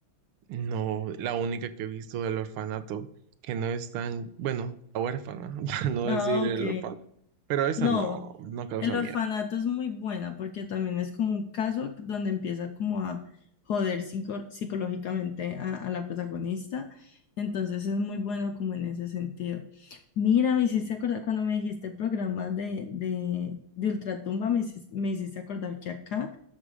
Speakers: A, on the right; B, on the left.
A: No, la única que he visto del orfanato, que no es tan, bueno, la huérfana, <laughs> para no
B: Ah,
A: decir el
B: ok.
A: orfanato, pero esa
B: No,
A: no, no causa
B: El orfanato
A: miedo.
B: es muy buena porque también es como un caso donde empieza como a joder psico- psicológicamente a, a la protagonista. Entonces es muy bueno como en ese sentido. Mira, me hiciste acordar, cuando me dijiste programas de, de, de Ultratumba, me hiciste, me hiciste acordar que acá